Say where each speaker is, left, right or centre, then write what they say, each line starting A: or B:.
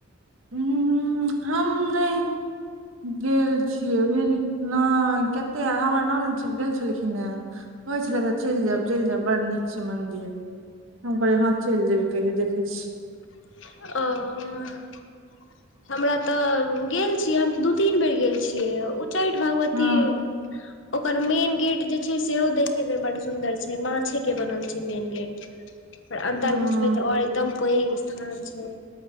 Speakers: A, on the right; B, on the left.
A: ऊं हम नहि गेल छियै बुछिली कि नहि कते हमर नानद सब गेल छलखिन हे। होइ छलै तऽ चलि जायब चलि जायब बड़ नीक छै मंन्दिर। हम कहलिय हँ चलि जेबै कहियो देखै छियै।
B: ओ। हमरा तऽ गेल छियै हम दू तीन बेर गेल छियै उच्चैठ भगवती
A: हँ
B: ओकर मेन गेट जे छै सेहो देखे में बड सुंदर छै माछे के बनल छै मेन गेट। ठ <inaudible> त अंन्दर
A: हँ
B: घुसबे त और एकदम पेग स्थान छै